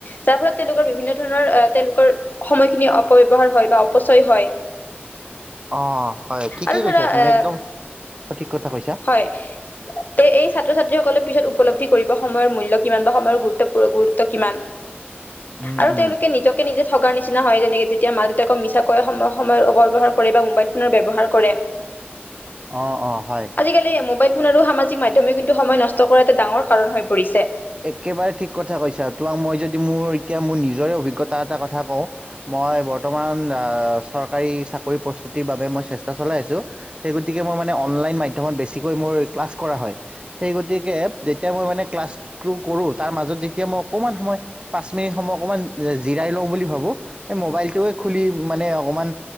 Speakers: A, on the left (about 45°); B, on the right (about 25°).
A: যাৰ ফলত তেওঁলোকৰ বিভিন্ন ধৰণৰ আহ তেওঁলোকৰ সময়খিনি অপব্যৱহাৰ হয় বা অপচয় হয়।
B: অঁ হয় ঠিকেই
A: আৰু ধৰা
B: কৈছা তুমি
A: এ
B: একদম সঠিক কথা কৈছা
A: হয় তে এই ছাত্ৰ ছাত্ৰীসকলে পিছত উপলব্ধি কৰিব সময়ৰ মূল্য কিমান বা সময়ৰ গুৰুত্ব গুৰুত্ব কিমান।
B: উম
A: আৰু
B: উম
A: তেওঁলোকে নিজকে নিজে ঠগাৰ নি নিচিনা হয় যেনেকে যেতিয়া মাক দেউতাকক মিছাকৈ সম সময়ৰ অপব্যৱহাৰ কৰে বা মোবাইল ফোনৰ ব্যৱহাৰ কৰে
B: অঁ, অঁ হয়।
A: আজিকালি মোবাইল ফোন আৰু সামাজিক মাধ্যমেও কিন্তু সময় নষ্ট কৰা এটা ডাঙৰ কাৰণ হৈ পৰিছে।
B: একেবাৰে ঠিক কথা কৈছা। তোমাক মই যদি মোৰ এতিয়া মোৰ নিজৰে অভিজ্ঞতা এটা কথা কওঁ। মই বৰ্তমান চৰকাৰী চাকৰি প্ৰস্তুতিৰ বাবে মই চেষ্টা চলাই আছোঁ। সেই গতিকে মই মানে অনলাইন মাধ্যমত বেছিকৈ মোৰ ক্লাছ কৰা হয়। সেই গতিকে যেতিয়া মই মানে ক্লাছ স্ক্ৰু কৰোঁ। তাৰ মাজত যেতিয়া মই অকণমান সময় পাঁচ মিনিট সময় অকণমান জিৰাই লওঁ বুলি ভাবোঁ, এই মোবাইলটোৱে খুলি মানে অকণমান